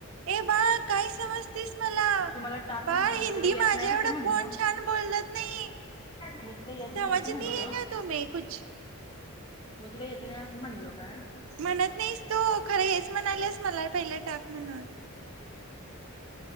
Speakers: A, on the right; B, on the left.
A: ए बाळ काय समजतेस मला?
B: तुम्हाला टाक
A: बाळ
B: म्हणलं
A: हिंदी
B: मी तुला येत
A: माझ्या
B: नाही असं
A: एवढं
B: म्हणलो.
A: कोण छान बोलत नाही.
B: मी तुला येत
A: समजती
B: नाही असं म्हणलो
A: हे क्या तुम्हे कुछ?
B: मी तुला येत नाही असं म्हणलो का?
A: म्हणत नाहीस तू खरं हेच म्हणालेस मला पहिले टाक म्हणून.